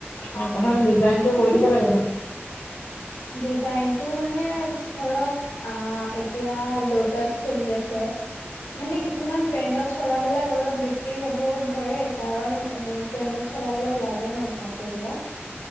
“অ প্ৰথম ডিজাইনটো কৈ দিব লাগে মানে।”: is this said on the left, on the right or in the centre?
Left